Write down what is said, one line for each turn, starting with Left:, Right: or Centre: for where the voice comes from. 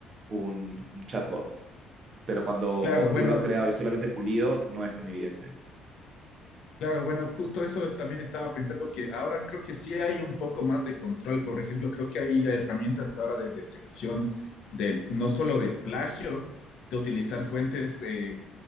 Right: un, un chatbot pero cuando
Left: Claro, bueno.
Right: tú lo has creado y solamente pulido, no es tan evidente.
Left: Claro, bueno, justo eso es- también estaba pensando que ahora creo que sí hay un poco más de control. Por ejemplo, creo que hay herramientas ahora de detección del no solo de plagio, de utilizar fuentes eh,